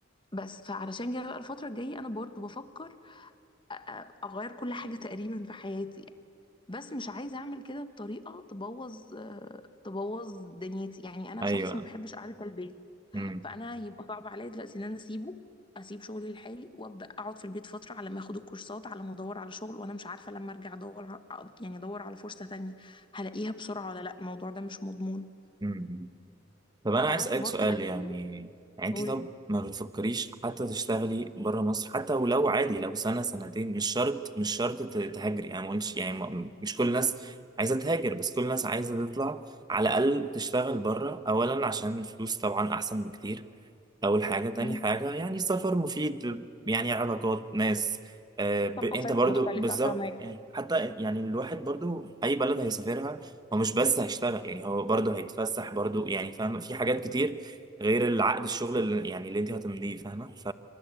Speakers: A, on the left; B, on the right.
A: بس فعلشان كده بقى الفترة الجاية أنا برضو بفكر أ- أ- أغير كل حاجة تقريبا في حياتي يعني. بس مش عايزة أعمل كده بطريقة تبوظ آه، تبوظ دنيتي يعني أنا
B: ايوه
A: شخص ما بحبش قعدة البيت
B: امم
A: فأنا هيبقى صعب عليا دلوقتي إن أنا أسيبه أسيب شغلي لحالي وأبدأ أقعد في البيت فترة على ما أخد الكورسات على ما أدور على شغل وأنا مش عارفة لما أرجع أدور ع- يعني أدور على فرصة تانية هلاقيها بسرعة ولا لأ الموضوع ده مش مضمون
B: مم. طب انا
A: فبس
B: عايز اسالك
A: برضو
B: سؤال
A: بحاول
B: يعني يعني انت
A: أقول
B: طب ما بتفكريش حتى تشتغلي بره مصر حتى ولو عادي لو سنه سنتين مش شرط مش شرط ت- تهاجري يعني ما قلتش يعني ما- مش كل الناس عايزه تهاجر بس كل الناس عايزه تطلع على الاقل تشتغل بره اولا عشان الفلوس طبعا احسن بكتير أول حاجة تاني
A: مم.
B: حاجة يعني سفر مفيد يعني علاقات ناس آه ب...
A: ثقافات
B: أنت برضو
A: مختلفة
B: بالظبط
A: فاهمة
B: يعني حتى يعني الواحد برضو أي بلد هيسافرها هو مش بس هيشتغل يعني هو برضو هيتفسح برضو يعني فاهمة في حاجات كتير غير العقد الشغل اللي يعني اللي أنت هتمليه فاهمة ف